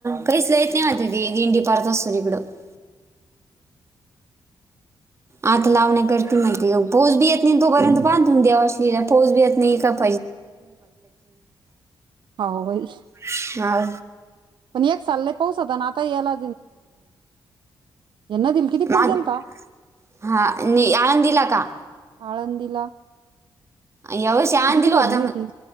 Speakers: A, on the right; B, on the right.
A: काहीच यत नाही म ती दिंडी असतो तिकडं. <unintelligible> आत लावण्याकरती महि पोस बी येत नाही तोपर्यंत बांधून द्यावा असलेला पोस बी येत नाही का <inaudible>
B: <inaudible> हो भाई.
A: हा..
B: पण एक सालला पाऊस होता ना आता याला यांना दिल किती. पूर
A: माग
B: गेलता
A: हा नि आणून दिला का?
B: आळंदिला.
A: यावर्ष आळंदीला
B: भरली
A: होता म्हणून
B: होती